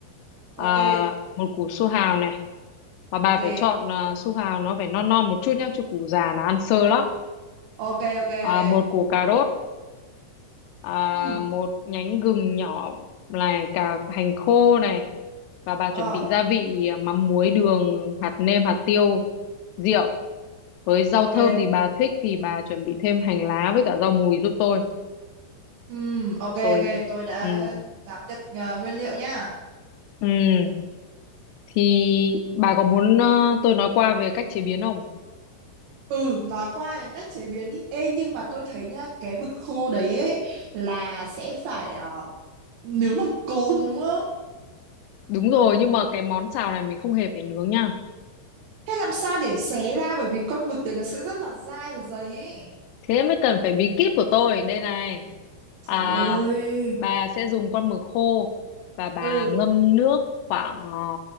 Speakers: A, on the right; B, on the left.
A: ok
B: à, một củ su hào này và bà
A: ok
B: phải chọn à, su hào nó phải non non một chút nhá chứ củ già là ăn sơ lắm
A: ok ok
B: à,
A: ok
B: một củ cà rốt à,
A: ừ
B: một nhánh gừng nhỏ này cả hành khô này và bà chuẩn
A: ờ
B: bị gia vị à, mắm muối đường hạt nêm hạt tiêu rượu với rau
A: ok
B: thơm thì bà thích thì bà chuẩn bị thêm hành lá với cả rau mùi giúp tôi
A: Ừm, ok ok,
B: rồi
A: tôi đã
B: ừ
A: nắm được ờ, nguyên liệu nha.
B: ừ thì bà có muốn ờ, tôi nói qua về cách chế biến không
A: Ừ, nói qua về cách chế biến đi. Ê, nhưng mà tôi thấy nhá, cái mực khô đấy ấy là sẽ phải ờ, nướng bằng cồn đúng không?
B: đúng rồi nhưng mà cái món xào này mình không hề phải nướng nha
A: Thế làm sao để xé ra bởi vì con mực đấy nó sẽ rất là dai và dày ấy.
B: Thế mới cần phải bí kíp của tôi. Đây này.
A: Trời
B: À,
A: ơi.
B: bà sẽ dùng con mực khô và bà
A: Ừ,
B: ngâm nước khoảng ờ,